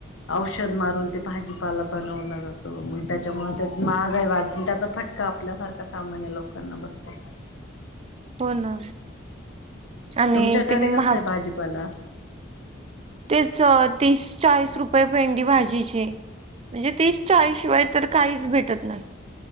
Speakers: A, on the left; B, on the right.
A: औषध मारून ते भाजीपाला बनवलं जातो, मग त्याच्यामुळं. त्याची महागही वाढते. त्याचा फटका आपल्यासारखा सामान्य लोकांना बसत.
B: हो ना. आणि
A: तुमच्याकडे
B: ते
A: कसे
B: महाग
A: आहे भाजीपाला.
B: तेच तीस चाळीस रुपये पेंडी भाजीची. म्हणजे, तीस चाळीस शिवाय तर काहीच भेटत नाही.